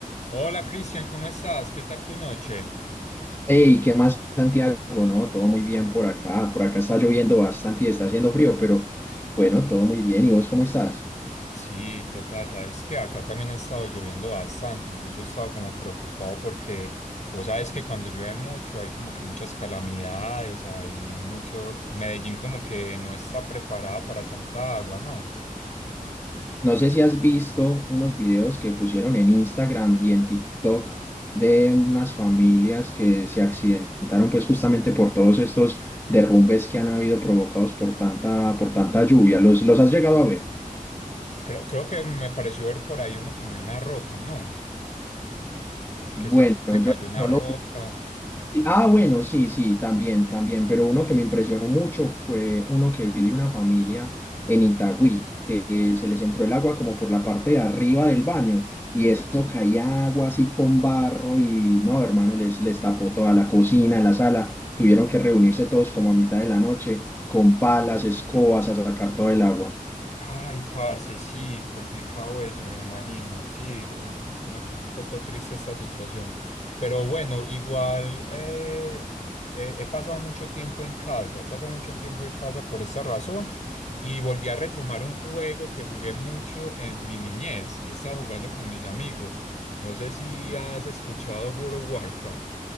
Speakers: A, on the left; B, on the left.
A: Hola Cristian, ¿cómo estás? ¿Qué tal tu noche?
B: Hey, ¿qué más, Santiago? No, todo muy bien por acá. Por acá está lloviendo bastante y está haciendo frío, pero bueno, todo muy bien. ¿Y vos cómo estás?
A: Sí, total, sabes que acá también ha estado lloviendo bastante, incluso he estado como preocupado porque vos sabes que cuando llueve mucho hay como que muchas calamidades, hay mucho, Medellín como que no está preparada para tanta agua, ¿no?
B: No sé si has visto unos videos que pusieron en Instagram y en TikTok de unas familias que se accidentaron pues justamente por todos estos derrumbes que han habido provocados por tanta, por tanta lluvia. ¿Los, los has llegado a ver?
A: Creo, creo que me pareció ver por ahí uno como una roca, ¿no?
B: Bueno,
A: Que se, se
B: yo
A: cayó una
B: no
A: roca.
B: lo vi. Sí, Ah, bueno, sí, sí, también, también, pero uno que me impresionó mucho fue uno que vi de una familia en Itagüí, que eh, se les entró el agua como por la parte de arriba del baño y eso caía agua así con barro y no, hermano, les, les tapó toda la cocina, la sala, tuvieron que reunirse todos como a mitad de la noche con palas, escobas a sacar todo el agua.
A: Ay, parce, sí, complicado eso, me imagino. Sí, mm, pone un poco triste esta situación. Pero bueno, igual eh, eh, he pasado mucho tiempo en casa, he pasado mucho tiempo en casa por esta razón y volví a retomar un juego que jugué mucho en mi niñez y he estado jugando con mis amigos. No sé si has escuchado World of Warcraft.